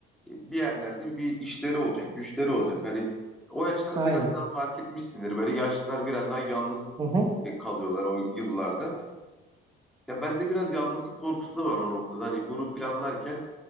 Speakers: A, in the centre; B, on the right.
A: e, bir yerlerde bir işleri olacak, güçleri olacak. Hani o yaşlar
B: Aynen.
A: biraz daha fark etmişsindir. Böyle yaşlılar biraz daha yalnız
B: Hı hı.
A: e, kalıyorlar o yıllarda. Ya bende biraz yalnızlık korkusu da var o noktada. Hani bunu planlarken